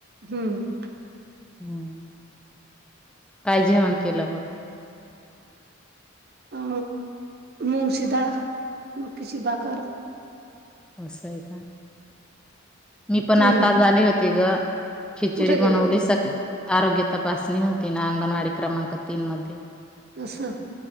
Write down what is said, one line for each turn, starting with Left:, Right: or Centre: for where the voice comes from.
Right: हम्म
Centre: हम्म काय जेवण केलं मग?
Right: अ मुगची दाळ नखिची भाकर
Centre: असंय का? मी पण
Right: तुम्ही
Centre: आताच आली होती ग खिचडी
Right: कुठे गेले
Centre: बनवली
Right: होते
Centre: सका आरोग्य तपासणी होती ना अंगणवाडी क्रमांक तीन मध्ये
Right: असं